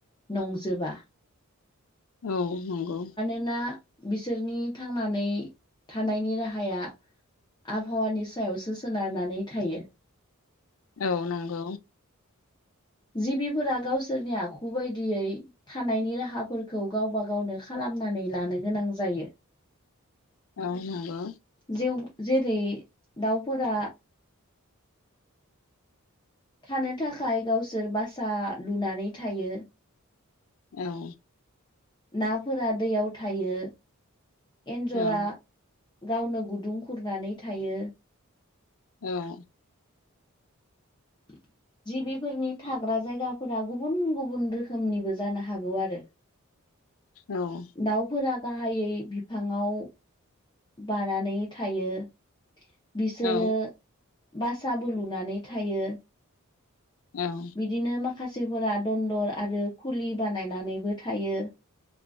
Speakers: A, on the left; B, on the left.
A: नंजोबा।
B: औ नंगौ।
A: नोना बिसोरनि थांनानै थानायनि राहाया आबहावानि सायावसो सोनारनानै थायो।
B: औ नंगौ।
A: जिबिफोरा गावसोरनि आखु बायदियै थानायनि राहाफोरखौ गावबा गावनो खालामनानै लानो गोनां जायो।
B: औ नंगौ।
A: जिउ जेरै दाउफोरा थानो थाखाय गावसोर बासा लुनानै थायो।
B: औ
A: नाफोरा दैयाव थायो। एन्जरा
B: औ
A: गावनो गुदुं खुरनानै थायो।
B: औ।
A: <inaudible> जिबिफोरनि थाग्रा जायगाफोरा गुबुन गुबुन रोखोमनिबो जानो हागौ आरो।
B: औ।
A: दाउफोरा गाहायै बिफाङाव बानानै थायो। बिसोरो
B: औ
A: बासाबो लुनानै थायो।
B: औ।
A: बिदिनो माखासेफोरा दन्दर आरो खुलि बानायनानैबो थायो।